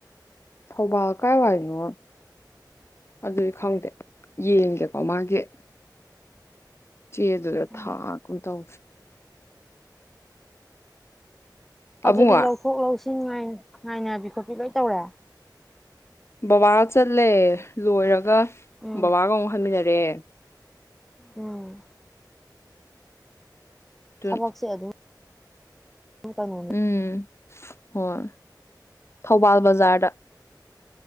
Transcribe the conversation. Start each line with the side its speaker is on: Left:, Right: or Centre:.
Left: ꯊꯧꯕꯥꯜ ꯀꯥꯏꯋꯥꯏꯅꯣ ꯑꯗꯨꯗꯤ ꯈꯪꯗꯦ ꯌꯦꯡꯒꯦꯀꯣ ꯃꯥꯒꯤ ꯆꯦ ꯑꯗꯨꯗ
Centre: ꯎꯝ
Left: ꯊꯥ ꯀꯨꯟ ꯊꯧ ꯑꯕꯨꯡꯉꯣ
Centre: ꯑꯗꯨꯗꯤ ꯂꯧꯊꯣꯛ ꯂꯧꯁꯤꯟ <unintelligible> ꯉꯥꯏ ꯉꯥꯏꯅꯕꯤ ꯈꯣꯠꯄꯤ ꯂꯣꯏ ꯇꯧꯔꯦ
Left: ꯕꯥꯕꯥꯒ ꯆꯠꯂꯦ ꯂꯣꯏꯔꯒ
Centre: ꯎꯝ
Left: ꯕꯥꯕꯥꯒ ꯑꯃꯨꯛ ꯍꯟꯃꯤꯟꯅꯔꯑꯦ <inaudible>
Centre: ꯎꯝ
Left: ꯑꯗꯨ
Centre: ꯊꯕꯛꯁꯦ ꯑꯗꯨꯝ ꯀꯩꯅꯣꯅꯤ
Left: ꯎꯝ ꯍꯣꯏ ꯊꯧꯕꯥꯜ ꯕꯖ꯭ꯥꯔꯗ